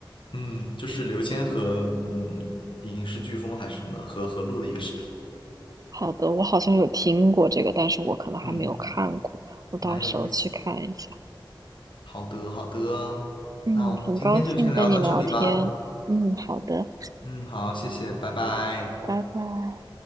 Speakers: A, on the left (about 70°); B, on the right (about 45°).
A: 嗯，就是刘谦和嗯影视飓风还是什么和和录的一个视频，
B: 好的，我好像有听过这个，但是我可能还没有看过，
A: 嗯，
B: 我到时候去看一下。
A: 蛮有意思的。好的，好的，
B: 嗯，
A: 那我们今天就嗯先聊到这里吧。
B: 很高兴跟你聊天。嗯，好的，
A: 嗯，好，谢谢，拜拜。
B: 拜拜。